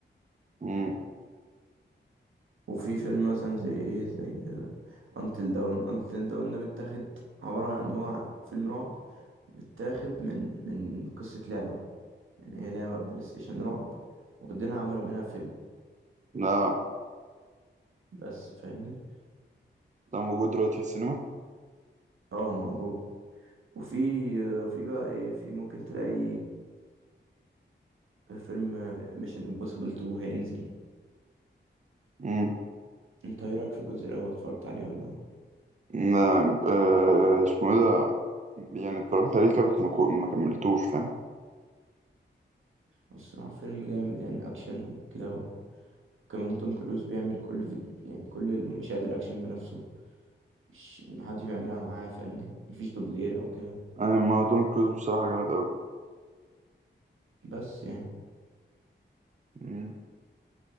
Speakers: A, on the right; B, on the right.
A: مان
B: وفي فيلم مثلا زي ايه زي انتل داون انتل داون ده متاخد عبارة عن ان هو فيلم رعب متاخد من من قصة لعبة يعني هي لعبة بلاي ستيشن رعب واخدينها عملوا منها فيلم
A: لا
B: بس فاهمني
A: ده موجود دلوقتي في السينما
B: اه موجود وفي في بقى ايه في ممكن تلاقي فيلم ميشن امبوسيبل 2 هينزل
A: أمم.
B: انت ايه رايك في الجزء الاول اتفرجت عليه ولا
A: لا، آه، اسمه إيه ده يعني اتفرجت عليه كده بس ما كو- ما كملتوش فاهم
B: الصراحه فيلم جامد يعني اكشن وكده وكمان توم كروز بيعمل كل فيديو يعني كل المشاهد الاكشن بنفسه مش محدش بيعملها معاه فاهمني مفيش دوبلير او كده
A: يعني ما توم كروز بصراحة جامد أوي
B: بس يعني
A: مم.